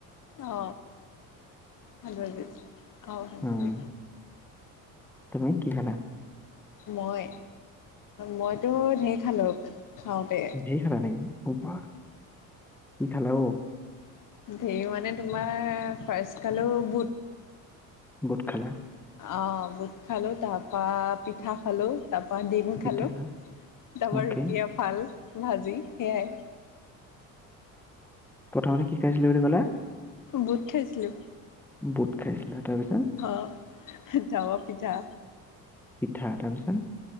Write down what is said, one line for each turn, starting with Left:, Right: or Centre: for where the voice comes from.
Left: অ ভাত ভাজি দিছিলে অ ভাত
Centre: উম,
Left: ভাজি
Centre: তুমি কি খালা
Left: মই মইতো ঢেৰ খালো খাওতে
Centre: ঢেৰ খালা নেকি? অ বাহঃ কি খালা অ
Left: ঢেৰ মানে তোমাৰ ফাৰ্ষ্ট খালো বুট
Centre: বুট খালা
Left: অঁ বুট খালোঁ তাৰপৰা পিঠা খালোঁ তাৰপৰা ডিম
Centre: পিঠা
Left: খালোঁ
Centre: খালা,
Left: তাৰপৰা
Centre: অ'কে।
Left: ৰুটি এফাল ভাজি সেয়াই
Centre: প্ৰথমতে কি খাইছিলা বুলি কলা
Left: বুট খাইছিলো
Centre: বুট খাইছিলা তাৰপিছত
Left: অ তাৰপৰা পিঠা
Centre: পিঠা তাৰপিছত